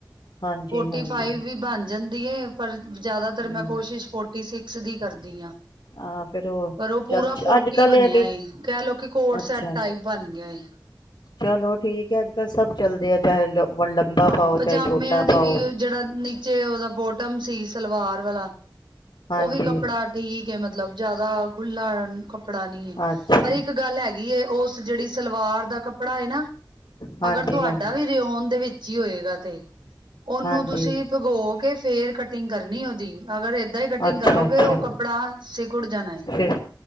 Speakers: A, on the left (about 75°); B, on the right (about 85°).
A: ਹਾਂਜੀ
B: ਫੋਰਟੀ
A: ਹਾਂਜੀ
B: ਫਾਈਵ ਵੀ ਬਣ ਜਾਂਦੀ ਹੈ ਪਰ ਜ਼ਿਆਦਾਤਰ
A: ਹਮ
B: ਮੈਂ ਕੋਸ਼ਿਸ਼ ਫੋਰਟੀ ਸਿਕਸ ਸਧ <unintelligible> ਕਰਦੀ ਆਂ
A: ਆਹ ਫੇਰ
B: ਪਰ ਉਹ ਪੂਰਾ
A: ਅੱਛ
B: ਫੋਟੀ
A: ਅੱਜ ਕੱਲ ਇਹ
B: ਬਣਿਆ
A: ਕਿ
B: ਏ ਕਹਿ ਲੋਓ ਕਿ ਕੋਡ
A: ਅੱਛਾ
B: ਸੈਟ ਟਾਈਪ ਬਣ ਗਿਆ ਏ
A: ਚਲੋ ਠੀਕ ਹੈ ਅੱਜ ਕੱਲ ਸਭ ਚੱਲਦੇ ਆ ਚਾਹੇ ਲੰਬਾ
B: ਹਾਂ
A: ਪਾਓ ਚਾਹੇ
B: ਪਜਾਮਿਆਂ
A: ਛੋਟਾ
B: ਦੀ
A: ਪਾਓ
B: ਵੀ, ਜਿਹੜਾ ਨੀਚੇ ਉਹਦਾ ਬੋਟਮ ਸੀ, ਸਲਵਾਰ ਵਾਲਾ
A: ਹਾਂਜੀ
B: ਉਹ ਵੀ ਕੱਪੜਾ ਠੀਕ ਏ ਮਤ ਲਬ ਜਿਆਦਾ ਖੁਲਾ ਕਪ ਪੜਾ ਨੀ।
A: ਅੱਛਾ
B: ਪਰ ਇੱਕ ਗੱਲ ਹੈਗੀ ਏ, ਓਸ ਜਿਹੜੀ ਸਲਵਾਰ ਦਾ ਕੱਪੜਾ ਏ ਨਾ
A: ਹਾਂਜੀ
B: ਅਗਰ ਤੁਆਡਾ
A: ਹਾਂਜੀ
B: ਵੀ ਰੇਓਨ ਦੇ ਵਿੱ- ਚ ਈ ਹੋਏਗਾ ਤੇ। ਉਹਨੂੰ
A: ਹਾਂਜੀ
B: ਤੁਸੀਂ ਭਿਗੋ ਕੇ ਫੇਰ ਕਟਿੰਗ ਕਰਨੀ ਉਹਦੀ, ਅਗਰ ਏਦਾ ਈ ਕਟਿੰਗ
A: ਅੱਛਾ
B: ਕਰੋਗੇ,
A: ਅੱਛਾ
B: ਓਹ ਕੱਪੜਾ ਸਿਕੁੜ ਜਾਣਾ ਏ।
A: ਫਿਰ